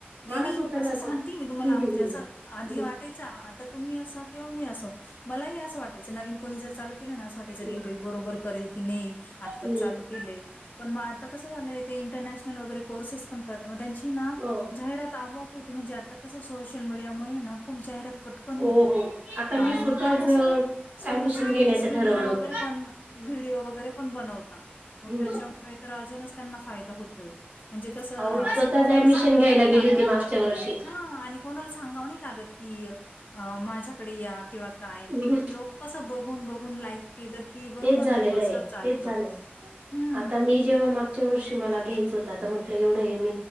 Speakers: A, on the right (about 45°); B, on the left (about 45°).
A: मला
B: नाही नाही
A: स्वतःला
B: असं
A: आता
B: सांगते
A: हम्म
B: मी तुम्हाला म्हणजे
A: हम्म
B: असं आधी
A: हम्म
B: वाटायच आता तुम्ही असं किंवा काही असो मलाही अस वाटयचं नवीन कोणी जर असं चालू केलं ना असं वाटा यच
A: हम्म
B: ही बाई बरोबर करेल की नाही आत्ताच
A: हम्म हम्म
B: चालू केले पण मग आता कसं झालंय ते इंटरनॅशनल वगैरे कोर्सेस पण करतात मग त्यांची ना
A: हो
B: जाहिरात आपोआप होते म्हणजे आता कसं सोशल मीडियामुळे ना खूप जाहिरात पटकन होते कन
A: हो
B: होते
A: हो आता मी
B: आणि
A: स्वतःच
B: ते कसं स्वतःची
A: ऍडमिशन
B: रील्स,
A: घेण्याचं
B: व्हिडिओ
A: ठरवलं होतं.
B: वगैरे पण, व्हिडिओ वगैरे पण, बनवता मग
A: हम्म
B: त्याच्यामुळे मुळे तर अजूनच त्यांना फायदा होतोय, म्हणजे कसं,
A: अहो
B: असं
A: स्वतःच
B: कोणाला
A: ऍडमिशन
B: सांगावं
A: घ्यायला
B: नाही
A: गेली
B: लागत
A: होती मागच्या वर्षी.
B: हा, आणि कोणाला सांगाव नाही लागत की, अ माझ्याकडे या किंवा काय
A: हम्म
B: लोक कसं बघून बघून लाईक केलं की बरोबर
A: तेच झालेलं
B: ते पसरत
A: आहे
B: चालत
A: तेच झालंय.
B: हम्म
A: आता मी जेव्हा मागच्या वर्षी मला घ्यायच होत आता म्हटलं एवढं हे एम.